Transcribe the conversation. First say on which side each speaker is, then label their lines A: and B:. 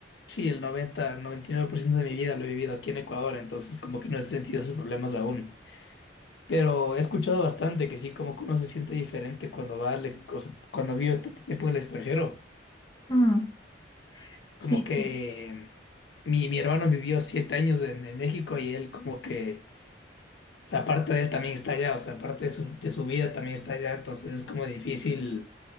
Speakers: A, on the left; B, on the left.
A: sí, el noventa noventa y nueve por ciento de mi vida lo he vivido aquí en Ecuador, entonces como que no he sentido esos problemas aún. Pero he escuchado bastante que sí, como que uno se siente diferente cuando va al e- o sea, cuando vive tanto tiempo en el extranjero.
B: Mm, sí,
A: Como
B: sí.
A: que mi, mi hermano vivió siete años en, en México y él como que, o sea, parte de él también está allá, o sea, parte de su, de su vida también está allá, entonces es como difícil